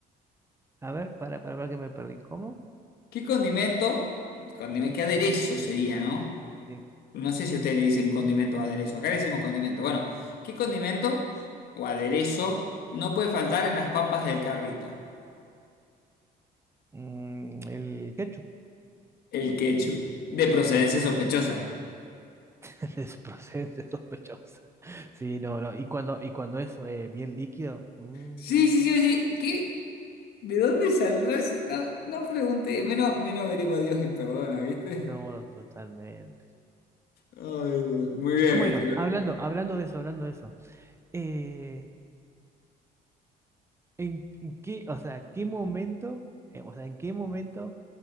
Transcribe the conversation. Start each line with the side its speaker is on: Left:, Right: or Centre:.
Right: A ver, para, para, para que me perdí. ¿Cómo?
Left: ¿Qué condimento? Condimento,
Right: Sí,
Left: ¿qué aderezo sería, no?
Right: sí.
Left: No sé si ustedes le dicen condimento o aderezo. Acá le decimos condimento. Bueno, ¿qué condimento o aderezo no puede faltar en las papas del carrito?
Right: Mm, el ketchup.
Left: El ketchup. De procedencia
Right: El ketchup
Left: sospechosa.
Right: <laughs> es procedencia sospechosa. Sí, no, no. Y cuando, y cuando es eh, bien líquido, mm,
Left: Sí, sí, sí, sí. ¿Qué? ¿De dónde saldrá ese? No, no pregunté. Menos, menos venimos a Dios y perdona, ¿viste?
Right: no, totalmente.
Left: Ay, Dios. Muy bien,
Right: Bueno,
Left: ¿viste?
Right: hablando, hablando de eso, hablando de eso. eh, ¿en, en qué, o sea, qué momento, eh, o sea, en qué momento,